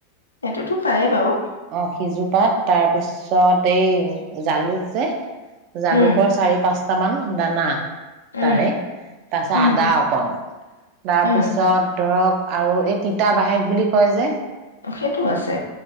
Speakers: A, on the left; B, on the right.
A: এইটোতো পায় বাৰু।
B: অ সিজোপাত তাৰপিছত এই জালুক যে জালুকৰ
A: উম
B: চাৰি পাঁচ টামান দানা।
A: উম
B: তাৰে তাৰপিছত
A: উম
B: আদা অকন তাৰপিছত
A: উম
B: ধৰক আৰু এই তিতা বাহেক বুলি কয় যে
A: সেইটো আছে